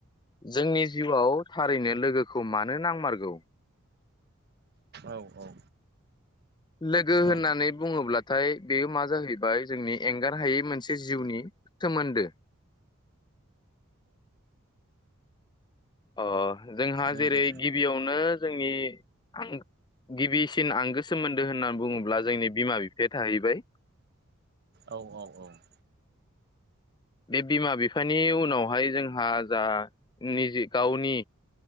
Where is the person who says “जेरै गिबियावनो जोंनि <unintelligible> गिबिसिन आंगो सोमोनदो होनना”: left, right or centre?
Left